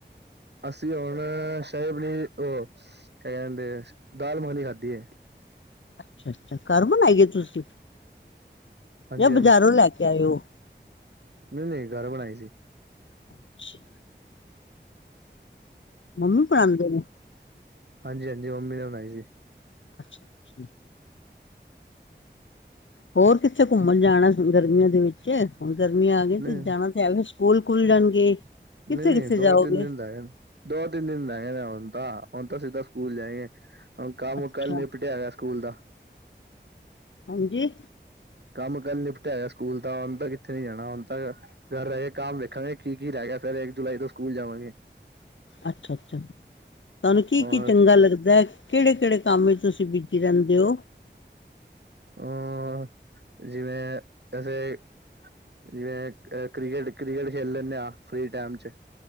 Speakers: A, on the right (about 65°); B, on the left (about 85°).
A: ਅਸੀਂ ਹੁਣ ਸ਼ਾਹੀ ਪਨੀਰ ਉਹ ਕ ਕਿੰਦੇ ਦਾਲ ਮਖਣੀ ਖਾਧੀ ਹੈ।
B: ਅੱਛਾ-ਅੱਛਾ ਘਰ ਬਣਾਈਏ ਤੁਸੀਂ,
A: ਹਾਂਜੀ
B: ਯਾ ਬਾਜ਼ਾਰੋਂ ਲੈ ਕੇ ਆਇ ਓ?
A: ਨਹੀਂ-ਨਹੀਂ ਘਰ ਬਣਾਈ ਸੀ।
B: <unintelligible> ਮੰਮੀ ਬਣਾਉਂਦੇ ਨੇ?
A: ਹਾਂਜੀ-ਹਾਂਜੀ, ਮੰਮੀ ਨੇ ਬਣਾਈ ਸੀ।
B: ਅੱਛਾ ਜੀ। ਹੋਰ ਕਿੱਥੇ ਘੁੰਮਣ ਜਾਣਾ, ਹੁਣ ਗਰਮੀਆਂ ਦੇ ਵਿੱਚ? ਹੁਣ ਗਰਮੀਆਂ ਆ ਗਈਆਂ
A: ਨਹੀਂ
B: ਤੇ ਜਾਣਾ ਤੇ ਐਵੇਂ ਸਕੂਲ ਖੁੱਲ ਜਾਣਗੇ। ਕਿੱਥੇ
A: ਨਹੀਂ-ਨਹੀਂ
B: ਕਿੱਥੇ
A: ਦੋ-ਤਿੰਨ
B: ਜਾਓਗੇ
A: ਦਿਨ ਤਾ ਹੇਨ, ਦੋ- ਤਿੰਨ ਦਿਨ ਰਹ ਗਏ ਹੁਣ ਤਾਂ, ਹੁਣ ਤਾਂ ਸਿੱਧਾ ਸਕੂਲ ਜਾਏਗੇ। ਹੂੰ, ਕੰਮ
B: ਅੱਛਾ
A: ਕੱਲ ਨਿਪਟਿਆ ਹੋਇਆ ਸਕੂਲ ਦਾ।
B: ਹਾਂਜੀ।
A: ਕੰਮ ਕਰਨ ਨਿਪਟਿਆ ਹੋਇਆ ਸਕੂਲ ਦਾ ਹੁਣ ਤਾਂ ਕਿੱਥੇ ਨੀ ਜਾਣਾ ਹੁਣ ਤਾਂ ਘਰ ਰਹੇ ਕੰਮ ਵੇਖਾਂਗੇ ਕੀ-ਕੀ ਰਹਿ ਗਿਆ ਫਿਰ ਇੱਕ ਜੁਲਾਈ ਤੋਂ ਸਕੂਲ ਜਾਵਾਂਗੇ।
B: ਅੱਛਾ-ਅੱਛਾ, ਤੁਹਾਨੂੰ ਕੀ-ਕੀ
A: ਔਰ
B: ਚੰਗਾ ਲੱਗਦਾ? ਕਿਹੜੇ-ਕਿਹੜੇ ਕੰਮ ਚ ਤੁਸੀਂ ਬੀਜੀ ਰਹਿੰਦੇ ਹੋ?
A: ਅ ਜਿਵੇਂ, ਅਸੀੇ ਜਿਵੇਂ ਅ ਕ੍ਰਿਕਟ-ਕ੍ਰਿਕਟ ਖੇਲ ਲੈਂਦੇ ਹਾਂ ਫਰੀ ਟਾਈਮ ਚ।